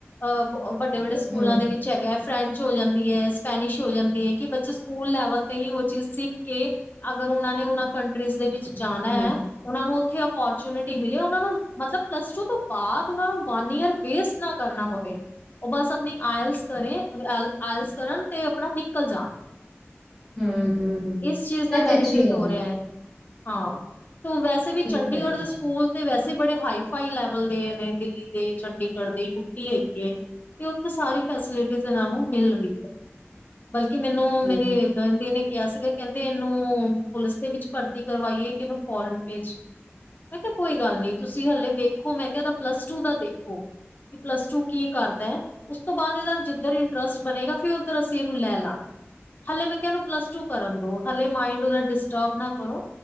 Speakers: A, on the left (about 40°); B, in the centre.
A: ਅ ਵੱਡੇ-ਵੱਡੇ ਸਕੂਲਾਂ
B: ਹੂੰ।
A: ਦੇ ਵਿੱਚ ਹੈਗਾ ਐ ਫਰੈਂਚ ਹੋ ਜਾਂਦੀ ਐ ਸਪੈਨਿਸ਼ ਹੋ ਜਾਂਦੀ ਐ ਕਿ ਬੱਚੇ ਸ ਸਕੂਲ ਲੈਵਲ ਤੇ ਹੀ ਓ ਚੀਜ਼ ਸਿੱਖ ਕੇ ਅਗਰ ਉਨਾਂ ਨੇ ਉਨਾ ਕੰਟਰੀਜ਼ ਦੇ ਵਿੱਚ
B: ਹੂੰ
A: ਜਾਣਾ ਐ ਉਨਾਂ ਨੂੰ ਉੱਥੇ ਅਪੋਰਚੁਨਿਟੀ ਮਿਲੇ ਉਨਾਂ ਨੂੰ ਮਤਲਬ ਪਲੱਸ ਟੂ ਤੋਂ ਬਾਦ ਉਨਾਂ ਨੂੰ ਵਨ ਈਅਰ ਵੇਸਟ ਨਾ ਕਰਨਾ ਪਵੇ। ਓ ਬਸ ਆਪਣੀ ਆਇਲਸ ਕਰੇ ਆਇਲਸ ਕਰਨ ਤੇ ਆਪਣਾ ਨਿਕਲ ਜਾਣ
B: ਹੂੰ ਹੂੰ ਹੂੰ
A: ਇਸ ਚੀਜ ਦਾ
B: ਇਹ
A: ਬੈਨੀਫਿਟ
B: ਤੇ ਅੱਛੀ ਗੱਲ
A: ਹੋ ਰਿਆ।
B: ਹੈ
A: ਹਾਂ ਤੋ ਵੈਸੇ ਵੀ
B: ਠੀਕ
A: ਚੰਡੀਗੜ
B: ਕਹਿ ਰਹੇ ਹੋ
A: ਦੇ ਸੂਕੂਲ ਤੇ ਵੈਸੇ ਬੜੇ ਹਾਈਫਾਈ ਲੈਵਲ ਦੇ ਨੇ ਦਿੱਲੀ ਦੇ ਚੰਡੀਗੜ ਦੇ ਯੂਪੀ ਹੈਗੀ ਏ। ਤੇ ਓਥੇ ਸਾਰੀ ਫੈਸਿਲਿਟੀਜ਼ ਏਨਾਂ ਨੂੰ ਮਿਲ ਰੀ ਏ। ਬਲਕਿ ਮੈਨੂੰ
B: ਹੂੰ। ਹੂੰ। ਹੂੰ। ਹੂੰ-ਹੂੰ। ਹੂੰ-ਹੂੰ-ਹੂੰ-ਹੂੰ। ਹੂੰ। ਕੋਈ ਗੱਲ ਨਹੀਂ ਤੁਸੀਂ ਹਲੇ ਵੇਖੋ ਮੈਂ ਕਿਹਾ ਪਲੱਸ ਟੂ ਕਰ ਲਓ। ਪਲੱਸ ਟੂ ਕੀ ਕਰਨਾ ਹੈ ਹੂੰ,
A: ਮੇਰੇ ਗਾਂਡੀ ਨੇ ਕਿਆ ਸੀਗਾ ਕੈਂਦੇ ਏਨੂੰ ਪੁਲਿਸ ਦੇ ਵਿੱਚ ਭਰ ਤੀ ਕਰਵਾਈ ਏ ਕੇ ਇਨੂੰ ਫੋਰਨ ਭੇਜੀਏ ਮੈਂ ਕਿਆ ਕੋਈ ਗੱਲ ਨੀ ਤੁਸ ਤੁਸੀ ਹਲੇ ਵੇਖੋ ਮੈਂ ਕਿਆ ਏਦਾ ਪਲੱਸ ਟੂ ਦਾ ਦੇਖੋ ਕਿ ਪਲੱਸ ਟੂ ਕੀ ਕਰਦੈ। ਉਸ ਤੋਂ ਬਾਦ ਏਦਾ ਜਿੱਧਰ ਇੰਟਰਸਟ ਬਨੇਗਾ ਫਿਰ ਓਦਰ ਅਸੀ ਏਨੂੰ ਲੈ ਲਾਂਗੇ। ਹਲੇ ਮੈਂ ਕਿਆ ਏਨੂ ਪਲੱਸ ਟੂ ਕਰਨ ਦੋ ਹਲੇ ਮਾਇੰਡ ਓਦਾ ਡਿਸਟਰਬ ਨਾ ਕਰੋ।